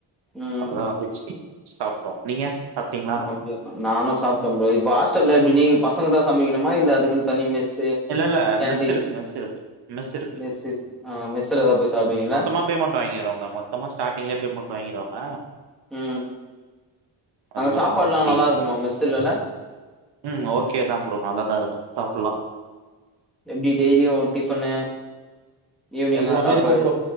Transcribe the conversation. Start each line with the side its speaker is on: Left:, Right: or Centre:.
Centre: ம்
Right: அப்பதான் வந்துச்சி சாப்ட்டோம் நீங்க சாப்ட்டீங்களா
Centre: அப்டியாமா நானும் சாப்ட்டேன் ப்ரோ இப்ப ஹாஸ்டல்ல எப்டி நீ பசங்க தான் சமைக்கணுமா இல்ல அதுக்குன்னு தனி மெஸ்ஸு
Right: இல்ல இல்ல
Centre: கேன்டீன்
Right: மெஸ் இருக்கு மெஸ் இருக்கு. மெஸ் இருக்கு.
Centre: மெஸ்ஸு ஆ மெஸ்ல தா போய் சாப்புடுவீங்களா
Right: மொத்தமா பேமெண்ட் வாங்கிருவாங்க மொத்தமா ஸ்டார்டிங்குலே பேமெண்ட் வாங்கிருவாங்க
Centre: ம்
Right: அதுக்கப்புறோ
Centre: அங்கே சாப்பாட்லாம்
Right: ஃப்ரீ
Centre: நல்லா
Right: தா
Centre: இருக்குமா மெஸ்ஸுலல
Right: ம் ஓகே தா ப்ரோ நல்லாதான் இருக்கும் சாப்புட்லாம்
Centre: எப்டி டெய்லியு டிஃப்பனு ஈவ்னிங்னா
Right: எல்லாமே
Centre: சாப்பாடு
Right: இருக்கு